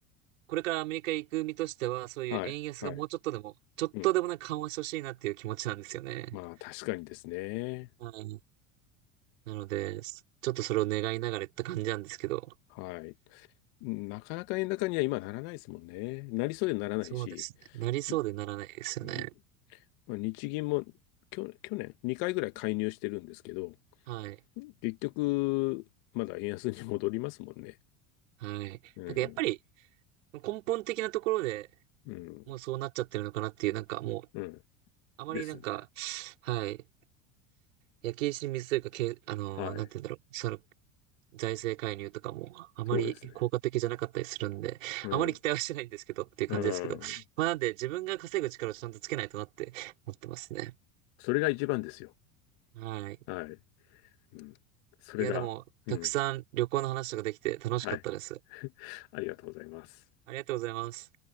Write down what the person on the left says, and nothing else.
はい、はい。
うんまあ確かにですね。
はい。なかなか円高には今ならないですもんね。なりそうでならないし、
ににまあ、日銀も去、去年2回ぐらい介入してるんですけど、
結局まだ円安に戻りますもんね。
うん、
うん、
うん。
ですね。
はい。
そうですね。うん、
うん。
それが一番ですよ。
はい。うん、それが、
うん。
はい。<laughs> ありがとうございます。